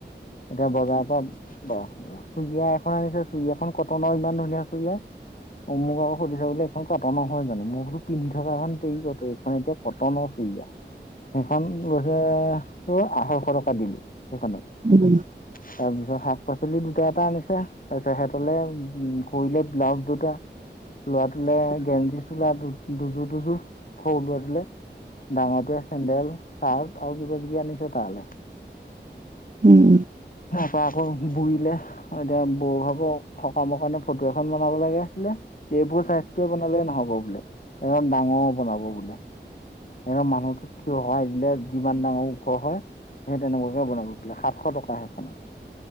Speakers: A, on the left (about 50°); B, on the right (about 45°).
A: এতিয়া বজাৰৰ পৰা। চুৰিয়া এখন আনিছে, চুইয়া এখন কটনৰ ইমান ধুনীয়া চুৰিয়া। অ' মোক আক সুধিছে এখন কটন নহয় জানো, মই বো পিন্ধ থকাখন তেৰি কট এইখন এতিয়া। কটনৰ চুৰিয়া, সেইখন গৈছে ত আঢ়ৈশ টকা দিলো সেইখনত
B: উম।
A: তাৰ পিছত শাক পাচলি দুটা এটা আনিছে তাৰপিছত সিহঁতলে উম, কৰিলে ব্লাউজ দুটা। ল'ৰা টোলে গেঞ্জি চোলা দু দুযোৰ দুযোৰ সৰু ল'ৰা টোলে। ডাঙৰ টোৱে চেণ্ডেল চাৰ্ট আৰু কিবা কিবি আনিছো তালে।
B: উম, উম।
A: তাৰ পৰা আকৌ বইলে এতিয়া বৌ ভাগৰ সকামৰ কাৰণে ফটো এখন বনাব লগিছিলে। এইবোৰ স্বাস্থ্যয় বনালে নহ'ব বোলে, একদম ডাঙৰ বনাব বোলে। এ মানুহতো থিয় হোৱাই দিলে যিমান ডাঙৰ ওখৰ হয়। সেই তেনেকুৱাকে বনাব বোলে সাতশ টকাহ সেইখনত।